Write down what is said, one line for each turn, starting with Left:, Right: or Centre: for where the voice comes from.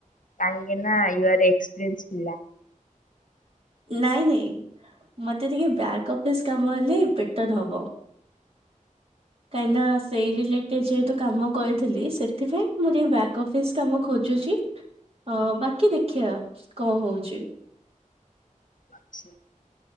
Left: କାଇଁକିନା ୟୁଆର୍ ଏକ୍ସପେରିଏେନ୍ସ ପିଲା।
Right: ନାଇଁ ନାଇଁ ମତେ ଟିକେ ବ୍ୟାକ୍ ଅଫିସ କାମ ହେଲେ ବେଟର ହବ। କାହିଁନା ସେଇ ରିଲେଟେଡ୍ ଯେହେତୁ କାମ କରିଥିଲି ସେଥିପାଇଁ ମୁଁ ଟିକେ ବ୍ୟାକ୍ ଅଫିସ କାମ ଖୋଜୁଛି। ହ ବାକି ଦେଖିୟା କ ହଉଛି।
Left: ଆଛ।